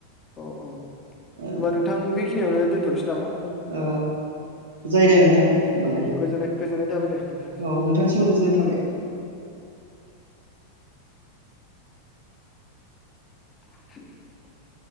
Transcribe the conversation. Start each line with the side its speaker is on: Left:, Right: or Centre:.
Left: औ औ होनबा
Right: औ
Left: नोंथां बेखि खिनियावनो दोनथ'सै नामा?
Right: औ जायो दे नोंथां होमबालाय
Left: अ,
Right: दे
Left: गोजोननाय
Right: औ
Left: गोजोननाय थाबाय दे नोंथांसिम
Right: नोंथांसिमबो गोजोननाय थाबाय।
Left: <inaudible>